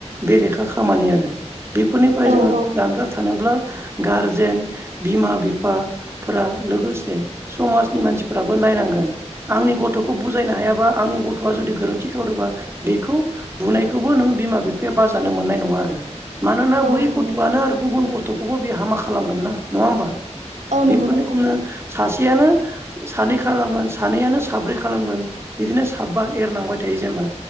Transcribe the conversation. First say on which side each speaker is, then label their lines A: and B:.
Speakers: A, on the right; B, on the right.
A: बेरेखा खामानि आरो बेफोरनिफ्राय
B: औ
A: जोङो
B: औ
A: जानगार थानोब्ला गारजेन बिमा बिफा फोरा लोगोसे समाजनि मानसिफोराबो नायनांगोन आंनि गथ'खौ बुजायनो हायाबा आंनि गथ'आ जुदि गोरोन्थि खालामदों बेखौ बुनायखौबो नों बिमा बिफाया बाजानो मोननाय नङा आरो मानोना
B: औ
A: बै
B: नंगौ
A: गथ'आनो आरो गुबुन गथ'खौबो बे हामा खालामगोन ना नङा होमबा
B: औ नंगौ
A: बेफोर
B: नोंथां
A: रखमनो सासे थियानो सानै खालामगोन सानैयानो साब्रै खालामगोन बिदिनो साबा एरलांबाय थायो जेनेबा